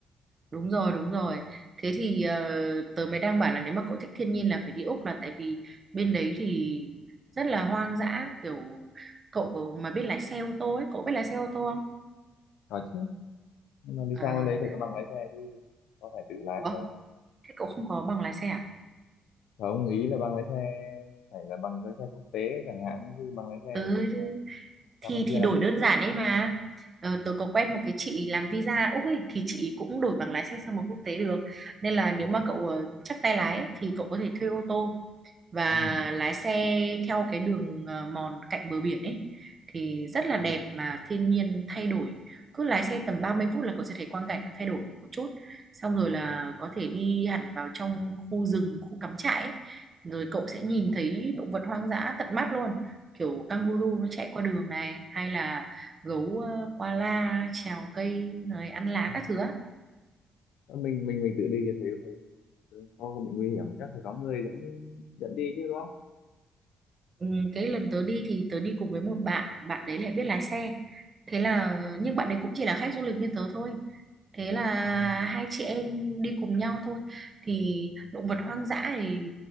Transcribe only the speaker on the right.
Đúng rồi, đúng rồi. Thế thì ờ, tớ mới đang bảo là nếu mà cậu thích thiên nhiên là phải đi Úc là tại vì bên đấy thì rất là hoang dã kiểu cậu, cậu mà biết lái xe ô tô ấy, cậu biết lái xe ô tô không?
À,
ủa,
thế cậu không có bằng lái xe à?
Ừ,
thì
thì
đổi
đơn
giản đấy mà. Ờ, tớ có quen một cái chị làm visa Úc ấy thì chị cũng đổi bằng lái xe sang một quốc tế được. Nên là nếu
mà
cậu
ờ, chắc tay lái ấy, thì cậu có thể thuê ô tô và
lái xe theo cái đường ờ, mòn cạnh bờ biển ấy thì rất là đẹp
mà thiên nhiên thay đổi cứ lái xe tầm 30 phút là cậu sẽ thấy quang cảnh nó thay đổi một chút xong rồi là
có thể đi hẳn vào trong khu rừng khu cắm trại ấy. rồi cậu sẽ nhìn thấy động vật hoang dã tận mắt luôn kiểu kangaroo nó chạy qua đường này hay là gấu ờ, koala trèo cây rồi ăn lá
các thứ á
Ừ, cái lần tớ đi thì tớ đi cùng với một bạn bạn đấy lại biết lái xe thế là nhưng bạn đấy cũng chỉ là khách du lịch như tớ thôi thế là
hai chị em đi cùng nhau thôi thì động vật hoang dã thì